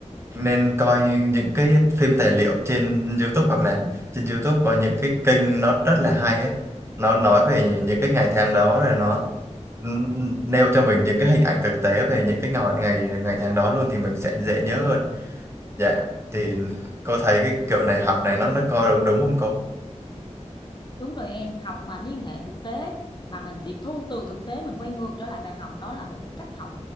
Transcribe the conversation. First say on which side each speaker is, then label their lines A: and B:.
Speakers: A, on the right (about 20°); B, on the left (about 35°).
A: nên coi những cái phim tài liệu trên YouTube hoặc là trên YouTube có những cái kênh nó rất là hay ấy. nó nói về những cái ngày tháng đó rồi nó ừm, nêu cho mình những cái hình ảnh thực tế về những cái ngày ngày ngày tháng đó luôn thì mình sẽ dễ nhớ hơn dạ thì cô thấy cái kiểu này học này nó nó có đúng đúng không cô
B: Đúng rồi em, học mà liên hệ thực tế mà mình tiếp thu từ thực tế mình quay ngược trở lại bài học đó là một cái cách học